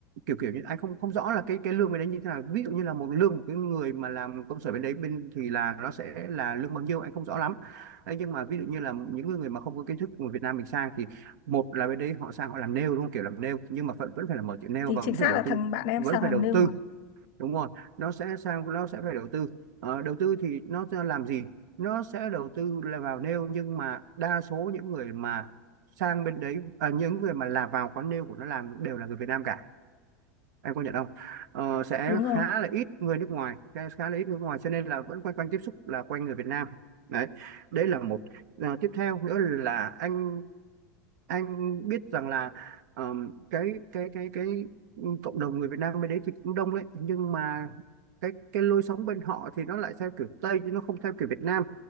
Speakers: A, on the right; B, on the left.
A: kiểu kiểu như anh không không rõ là cái cái lương bên đấy như thế nào ví dụ như là một lương một cái người mà làm công sở bên đấy bên thì là nó sẽ là lương bao nhiêu anh không rõ lắm đấy, nhưng mà ví dụ như là những người mà không có kiến thức của Việt Nam mình sang thì một là bên đấy họ sang họ làm nail đúng không kiểu làm nail nhưng mà vẫn vẫn phải là mở tiệm nail
B: thì
A: và
B: chính
A: vẫn
B: xác
A: phải đầu
B: là
A: tư
B: thằng bạn em
A: vẫn
B: sang
A: phải
B: làm
A: đầu
B: nêu
A: tư
B: mà
A: đúng rồi nó sẽ sang nó sẽ phải đầu tư Ờ, đầu tư thì nó sẽ làm gì nó sẽ đầu tư là vào nail nhưng mà đa số những người mà sang bên đấy à, những người mà là vào quán nail của nó làm đều là người Việt Nam cả em có nhận không Ờ, sẽ
B: Đúng rồi.
A: khá là ít người nước ngoài khá, khá là ít người nước ngoài cho nên là vẫn quanh quanh tiếp xúc là quanh người Việt Nam đấy đấy là một Ờ, tiếp theo nữa là anh anh biết rằng là ờm, cái cái cái cái cộng đồng người Việt Nam bên đấy thì cũng đông đấy nhưng mà cái cái lối sống bên họ thì nó lại theo kiểu Tây chứ nó không theo kiểu Việt Nam